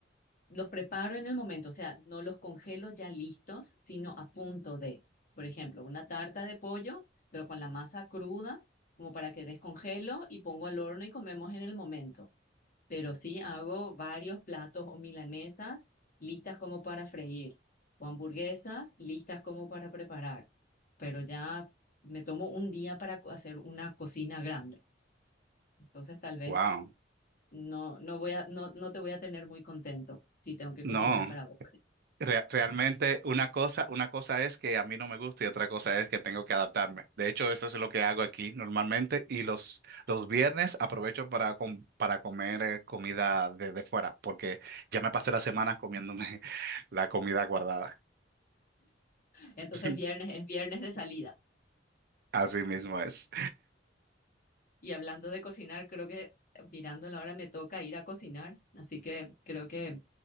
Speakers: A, on the left; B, on the right.
A: los preparo en el momento, o sea, no los congelo ya listos, sino a punto de, por ejemplo, una tarta de pollo, pero con la masa cruda, como para que descongelo y pongo al horno y comemos en el momento. Pero sí hago varios platos o milanesas listas como para freír, o hamburguesas listas como para preparar. Pero ya me tomo un día para co- hacer una cocina grande. Entonces tal vez
B: Wow.
A: no, no voy a, no, no te voy a tener muy contento si tengo que cocinar
B: No,
A: para vos.
B: re- realmente una cosa, una cosa es que a mí no me gusta y otra cosa es que tengo que adaptarme. De hecho, eso es lo que hago aquí normalmente y los, los viernes aprovecho para, com- para comer eh, comida de, de fuera porque ya me pasé las semanas comiéndome <laughs> la comida guardada.
A: Entonces
B: <laughs>
A: viernes es viernes de salida.
B: Así mismo es.
A: Y hablando de cocinar, creo que eh, mirando la hora me toca ir a cocinar, así que creo que